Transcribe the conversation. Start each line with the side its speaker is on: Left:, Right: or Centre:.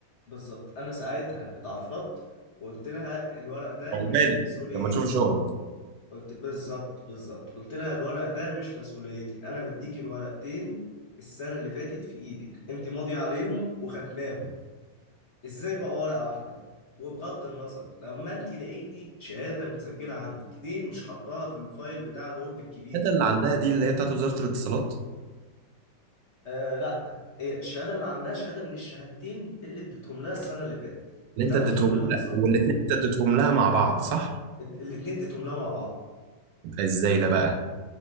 Left: بالظبط انا ساعتها اتعفرت وقلت لها الورق ده
Right: عقبالي
Left: مش مسؤوليتي
Right: لما تشوف شغل
Left: قلت بالظبط بالظبط قلت لها الورق ده مش مسؤوليتي انا مديكي الورقتين السنه اللي فاتت في ايدك انت ماضيه عليهم وختماهم ازاي بقى ورقة واحدة وبغض النظر لما انت لقيتي شهادة متسجلة عندك ليه مش حطاها في الفايل بتاع الوورد الكبير
Right: ده اللي عندها دي اللي هي بتاعت وزارة الاتصالات
Left: آه لا إيه الشهادة اللي عندها شهادة من الشهادتين اللي اديتهم لها السنة اللي فاتت
Right: اللي
Left: بتاعت
Right: انت اديتهم
Left: وزارة الاتصالات
Right: لها والاتنين انت اديتهم لها مع بعض صح؟
Left: اد- الاتنين اديتهم لها مع بعض
Right: يبقى ازاي ده بقى؟